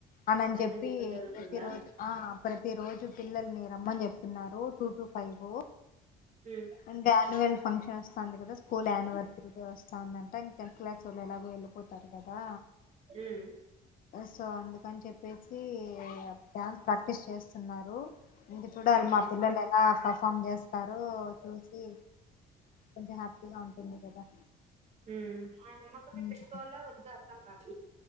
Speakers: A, on the left (about 55°); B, on the right (about 40°).
A: అనని
B: ప్రజెంట్
A: చెప్పి
B: ఇప్పుడు జరుగుతుందా
A: ప్రతి రోజు ఆ ప్రతి రోజు, పిల్లలని రమ్మని చెప్తున్నారు టూ టు ఫైవు
B: ఉమ్
A: అంటే అన్వల్ ఫంక్షన్ వస్తుంది కదా స్కూల్యానివర్సరీ వస్తా దంట ఇంక టెన్త్ క్లాస్ వాళ్ళు ఎలాగో వెళ్ళిపోతారు కదా
B: ఉమ్
A: సో అందుకని చెప్పేసి డ్యాన్స్ ప్రాక్టీస్ చేస్తున్నారు ఇంకా చూడాలి
B: ఉమ్
A: మా పిల్లలు ఎలా పర్ఫామ్ చేస్తారు చూసి కొంచెం హ్యాపీగా ఉంటుంది కదా
B: హ్మ్మ్ ఆ నమ్మకమే
A: ఉమ్
B: పెట్టుకోవాలా వద్దు అర్థం కాదు